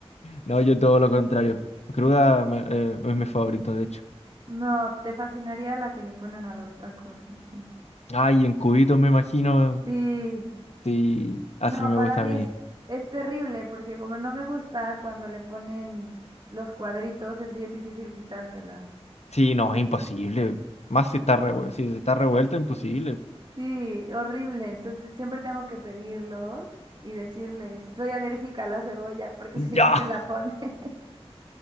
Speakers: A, on the left; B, on the right.
A: No, yo todo lo contrario. Cruda me- eh, es mi favorito, de hecho.
B: No, te fascinaría la que le ponen a los tacos aquí.
A: Ay, en cubitos me imagino.
B: Sí,
A: Sí, así
B: no,
A: me
B: para
A: gusta
B: mí
A: a mí.
B: es, es terrible porque como no me gusta cuando le ponen los cuadritos, es bien difícil quitársela.
A: Sí, no, es imposible. Más si está revuelto, si está revuelto, imposible.
B: Sí, horrible. Entonces siempre tengo que pedirlos y decirles, soy alérgica a la cebolla porque si
A: Ya.
B: no se la
A: <laughs>
B: pone. <laughs>